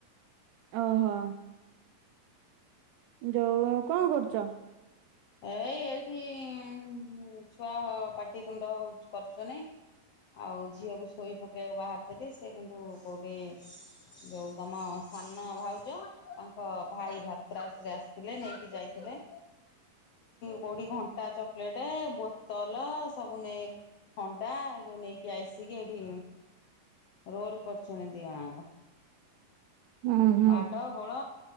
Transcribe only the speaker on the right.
ଓହୋ। ଯୋଉ କଣ କରୁଛ?
ହୁଁ ହୁଁ